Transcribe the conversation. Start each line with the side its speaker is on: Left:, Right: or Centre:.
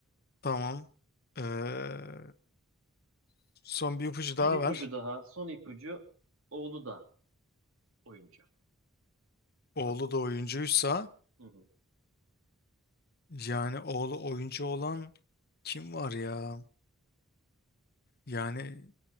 Left: Tamam. Ee, son bir ipucu daha
Right: Bir ipucu
Left: ver.
Right: daha. Son ipucu oğlu da oyuncu.
Left: Oğlu da oyuncuysa
Right: Hı hı.
Left: yani oğlu oyuncu olan kim var ya? Yani